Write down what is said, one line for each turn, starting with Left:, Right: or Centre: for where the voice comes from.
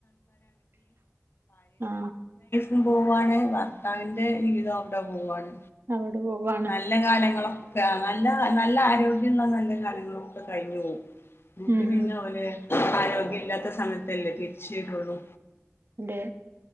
Right: ആ
Left: മ്പോവാണ് വാ ത്താവിന്റെ ജീവിതൊക്കെ പോവുവാണ്.
Right: അവിടെ പോവാണ്
Left: നല്ല കാലങ്ങളോ? <unintelligible> നല്ല നല് ല്ല ആരോഗ്യള്ള നല്ല കറികളും <unintelligible> കഴിഞ്ഞുപോവും. എന്നിട്ട്
Right: ഉം
Left: പിന്നെ പോലെ ആരോഗ്യം ഇല്ലാത്ത സമയത്തല്ലേ വീൽച്ചയരുള്ളൂ
Right: ണ്ട്